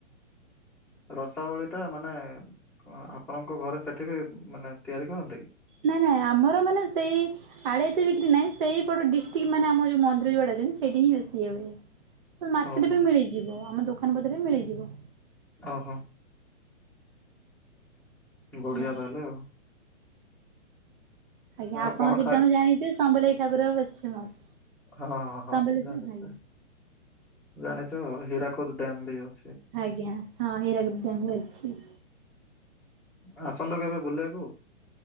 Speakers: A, in the centre; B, on the right.
A: ରସାବଳୀଟା ମାନେ କଣ ଆପଣଙ୍କ ଘରେ ସେଠିବି ମାନେ ତିଆରି କରନ୍ତି କି?
B: ନାଇଁ ନାଇଁ ଆମର ମାନେ ସେଇ ଆଡ଼େ ଏତେ ବିକ୍ରି ନାହିଁ ସେଇପଟ ଡିଷ୍ଟ୍ରିକ୍ ମାନେ ଆମ ଯୋଉ ମନ୍ଦିର ଯୁଆଡେ ଅଛନ୍ତି ସେଠି ହିଁ ବେଶି ଇଏ ହୁଏ। ହଁ ମାର୍କେଟ
A: ଓହୋ
B: ବି ମିଳିଯିବ ଆମ ଦୋକାନ ବଜାରେ ମିଳିଯିବ।
A: ଓହୋ।
B: ଆଜ୍ଞା।
A: ବଢିଆ ତାହେଲେ ଆଉ।
B: ଆଜ୍ଞା
A: ଆଉ
B: ଆପଣଙ୍କ
A: କଣ
B: ସେଠି
A: ଖାଏ
B: ତୋମେ ଜାଣିଛେ ସମ୍ବଲେଇ ଠାକୁର ବେଶୀ ଫେମସ୍।
A: ହଁ, ହଁ, ହଁ
B: ସମ୍ବଲେଇ
A: ଜାଣିଚେ,
B: ଆଜ୍ଞା।
A: ଜାଣିଛୁ ହୀରାକୁଦ ଡ୍ୟାମ୍ ବି ଯୋଉ।
B: ଆଜ୍ଞା ହଁ ହୀରାକୁଦ ଡ୍ୟାମ୍ ବି ଅଛି।
A: ହଁ ଆସନ୍ତୁ କେବେ ବୁଲିବାକୁ।